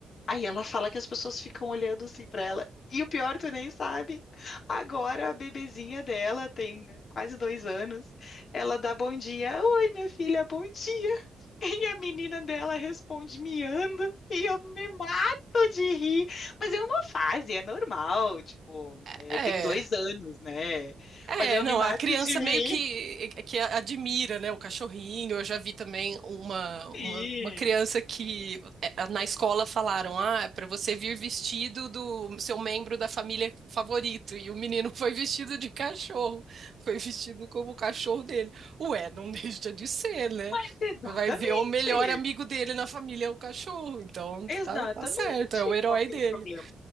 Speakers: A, on the left; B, on the right.
A: Aí ela fala que as pessoas ficam olhando assim pra ela. E o pior, tu nem sabe. Agora a bebezinha dela tem quase dois anos. Ela dá bom dia. Oi, minha filha, bom dia. <laughs> E a menina dela responde miando. E eu me mato de rir. Mas é uma fase, é normal. Tipo,
B: Ah,
A: é, tem
B: é.
A: dois anos, né?
B: É,
A: Mas eu
B: não,
A: me mato
B: a criança
A: de rir.
B: meio que, é, que admira, né, o cachorrinho. Eu já vi também uma, uma,
A: Sim.
B: uma criança que eh, na escola falaram, ah, é para você vir vestido do seu membro da família favorito. E o menino <laughs> foi vestido de cachorro, foi vestido como o cachorro dele. Ué, não <laughs> deixa de ser, né?
A: Mas exatamente,
B: Vai ver o melhor amigo dele na família é o cachorro, então
A: exatamente.
B: tá, tá certo, é o herói
A: Qual que
B: dele.
A: é o problema?